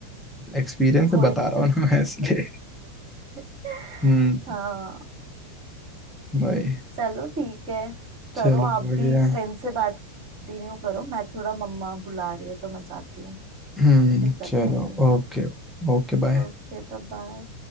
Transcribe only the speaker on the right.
कोई
नहीं
जज
कर सकता
<laughs>
हाँ
चलो ठीक है करो
आप
भी फ्रेंड से बात कंटिन्यू करो मैं थोड़ा मम्मा बुला रही है तो मैं जाती हूँ
फिर करते
हैं अपन बात
Okay bye bye